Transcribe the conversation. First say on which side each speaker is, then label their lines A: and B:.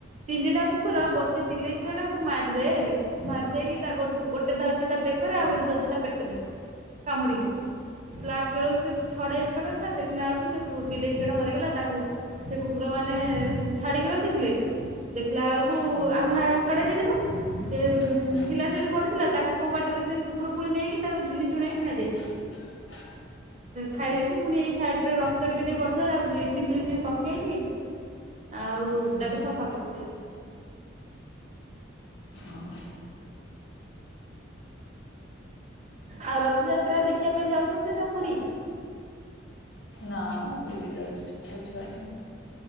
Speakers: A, on the right; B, on the left.
A: ତିନିଟା କୁକୁର ଗୋଟେ ବିଲେଇ ଛୁଆଟାକୁ ମାରିଦେଲେ। ମାରି ଦେଇକି ତା ଗୋଟେ ଧରିଚି ତା ବେକରେ ଆଉ ଗୋଟେ ଧରିଚି ତା ପେଟରେ କାମୁଡିକି। ଲାଷ୍ଟ ବେଳୁକୁ ସେ ଛଡେଇ ଛଡେଇକା ଦେଖିଲା ବେଳୁକୁ ସେ ବିଲେଇ ଛୁଆଟା ମରିଗଲା ତାକୁ ସେ କୁ କୁକୁର ମାନେ ଛାଡିକି ରଖିଥିଲେ, ଦେଖିଲା ବେଳୁକୁ
B: ହୁଁ
A: ଆମେ ଛଡେଇ ଦେଇଥିନୁ। ସେ
B: ହୁଁ
A: ଥିଲା ସେଇଠି ପଡ଼ିଥିଲା, ତାକୁ କୋଉ ବାଟରେ ସେ କୁକୁର ପୁଣି ନେଇକି ତାକୁ ଝିଣି ଝୁଣେଇକି ଖାଇ ଦେଇେଚି।
B: <inaudible>
A: ଖାଇ ଦେଇଚି, ପୁଣି ଏଇ ସାଇଡ୍ ରେ ରକ୍ତ ଟିକେ-ଟିକେ ପଡିଥିଲା ତାକୁ ବ୍ଲିଚିଂ ଫ୍ଲିଚିଂ ପକେଇକି ଆଉ
B: ହୁଁ।
A: ତାକୁ ସଫା କରୁଥିଲେ।
B: ହଁ
A: ଆଉ ରଥଯାତ୍ରା ଦେଖିବା ପାଇଁ ଯାଉଛନ୍ତି ନା ପୁରୀ?
B: ନାଁ ପୁରୀ ଯାଉଛି ଛୋଟେ ଛୁଆଟା।